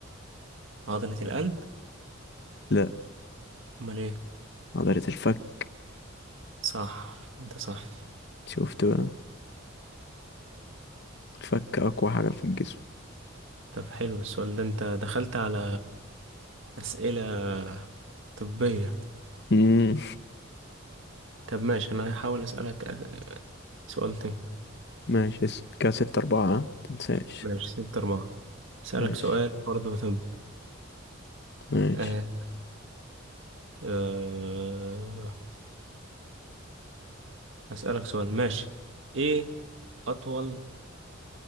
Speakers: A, on the right (about 65°); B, on the left (about 55°).
A: عضلة القلب
B: لا
A: أمال إيه؟
B: عضله الفك
A: صح أنت صح
B: شفت بقى الفك اقوى حاجه في الجسم
A: طب حلو السؤال ده أنت دخلت على أسئلة طبية
B: امم
A: طب ماشي أنا هحاول أسألك أس- سؤال تاني
B: ماشي اسأل. كده ستة أربعة ها؟ متنساش
A: ماشي ستة أربعة أسألك
B: ماشي
A: سؤال برضه طب
B: ماشي
A: آه. آه. أسألك سؤال ماشي إيه أطول